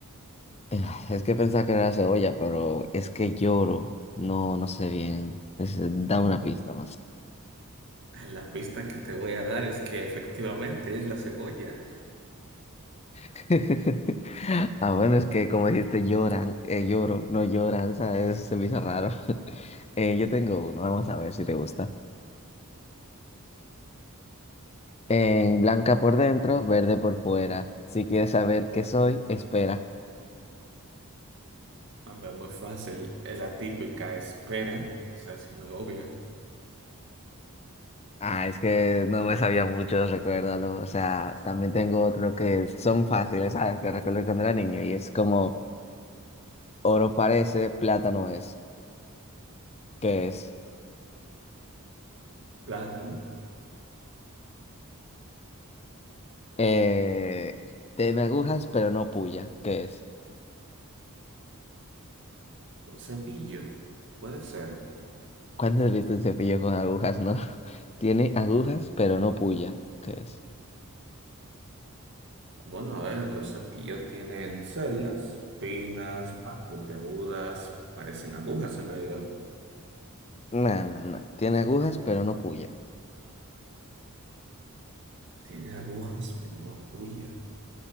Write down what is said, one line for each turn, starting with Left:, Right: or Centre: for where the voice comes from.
Left: Eh, Es que pensaba que era la cebolla, pero es que lloro. No, no sé bien. Es- dame una pista más.
Right: Ah, La pista que te voy a dar es que efectivamente es la cebolla.
Left: <laughs> Ah, bueno, es que como dijiste, lloran, eh, lloro, no lloran, ¿sabes? Se me hizo raro. <laughs> Eh, yo tengo uno, vamos a ver si te gusta. En blanca por dentro, verde por fuera. Si quieres saber qué soy, espera.
Right: Hombre, muy fácil. Es la típica espera. O sea, es muy obvia.
Left: Ah, es que no me sabía mucho, recuérdalo. O sea, también tengo otro que son fáciles, ¿sabes? Que recuerdo cuando era niño y es como oro parece, plátano es. ¿Qué es?
Right: Plátano.
Left: Eh, tiene agujas, pero no puya. ¿Qué es?
Right: Un cepillo. Puede ser.
Left: ¿Cuándo has visto un cepillo con agujas? No. <laughs> Tiene agujas, pero no puya. ¿Qué es?
Right: Bueno, a ver, los cepillos tienen celdas, finas, ah, puntiagudas, parecen agujas en realidad.
Left: No, no, no. Tiene agujas, pero no puya.
Right: Tiene agujas, pero no puya.